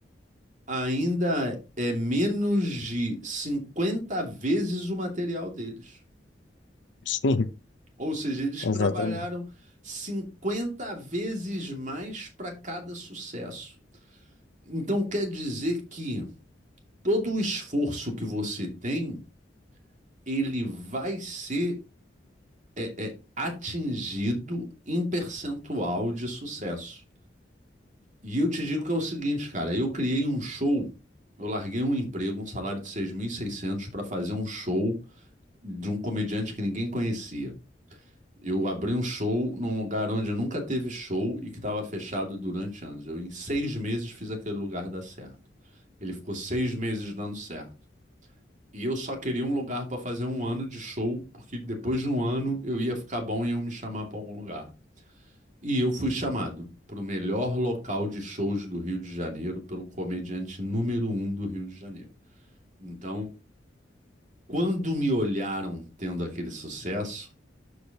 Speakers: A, on the right; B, on the left.
A: ainda é menos de 50 vezes o material deles.
B: sim, <laughs>
A: Ou seja, eles trabalharam
B: exatamente.
A: 50 vezes mais para cada sucesso. Então quer dizer que todo o esforço que você tem, ele vai ser é, é, atingido em percentual de sucesso. E eu te digo que é o seguinte, cara, eu criei um show, eu larguei um emprego, um salário de 6.600 para fazer um show de um comediante que ninguém conhecia. Eu abri um show num lugar onde nunca teve show e que estava fechado durante anos. Eu, em seis meses, fiz aquele lugar dar certo. Ele ficou seis meses dando certo. E eu só queria um lugar para fazer um ano de show, porque depois de um ano eu ia ficar bom e iam me chamar para algum lugar. E eu fui chamado para o melhor local de shows do Rio de Janeiro pelo comediante número um do Rio de Janeiro. Então, quando me olharam tendo aquele sucesso,